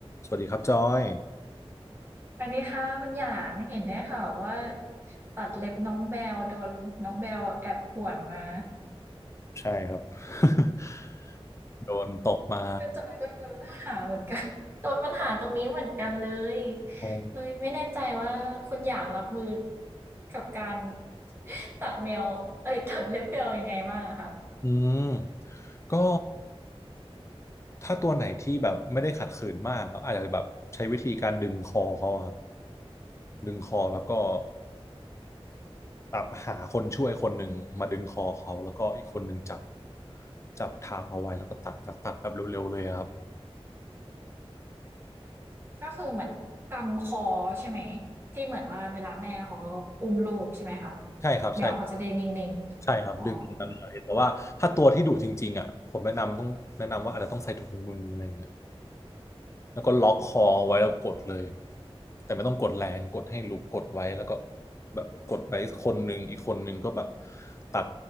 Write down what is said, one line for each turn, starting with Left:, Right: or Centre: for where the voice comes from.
Left: สวัสดีครับจอย
Right: อันนี้ค่ะคุณหยางเห็นได้ข่าวว่าตัดเล็บน้องแบลโดนน้องแบลแอบข่วนมา
Left: ใช่ครับ <laughs> โดนตกมา
Right: ก็จอยก็โดนปัญหาเหมือนกันโดนปัญหาตรงนี้เหมือนกันเลย <laughs>
Left: อ๋อ
Right: เลยไม่แน่ใจว่าคุณหยางรับมือกับการตัดแมวเอ้ยตัดเล็บแมวยังไงบ้างอะคะ
Left: อืมก็ถ้าตัวไหนที่แบบไม่ได้ขัดขืนมากอาจจะแบบใช้วิธีการดึงคอเขาอะครับดึงคอแล้วก็แบบหาคนช่วยคนหนึ่งมาดึงคอเขาแล้วก็อีกคนหนึ่งจับจับทางเอาไว้แล้วก็ตัดตัดตัดแบบเร็วๆเลยอะครับ
Right: ก็คือเหมือนกำคอใช่ไหมที่เหมือนว่าเวลาแม่เขาอุ้มลูกใช่ไหมคะ
Left: ใช่ครับใช่
Right: แมวเขาจะได้นิ่งๆอ๋อ
Left: ใช่ครับดึงมันเลยแต่ว่าถ้าตัวที่ดุจริงๆอ่ะผมแนะนำต้องแนะนำว่าอาจจะต้องใส่ถุงมืออะไรอย่างเงี้ย แล้วก็ล็อกคอไว้แล้วกดเลยแต่ไม่ต้องกดแรงกดให้ลุกกดไว้แล้วก็แบบกดไปคนหนึ่งอีกคนหนึ่งก็แบบตัด